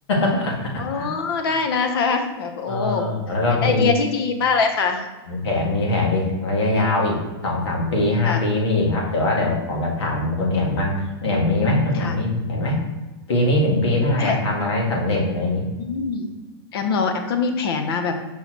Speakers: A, on the left (about 85°); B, on the left (about 60°).
A: <laughs>
B: อ๋อได้นะคะแบบโอ้
A: เออแล้วก็มี
B: เป็นไอเดียที่ดีมากเลยค่ะ
A: มีแผนมีแผนอีกระยะยาวอีกสองสามปีห้าปีมีอีกครับแต่ว่าเดี๋ยวขอแบบถามคุณแอมบ้างคุณแอมมีไหมคุณแอมมีแผนไหม
B: ค่ะค่ะ
A: ปีนี้ถึงปีหน้าอยากทำอะไรสำเร็จอะไรอย่างนี้
B: มีแผน อืมแอมเหรอแอมก็มีแผนนะแบบ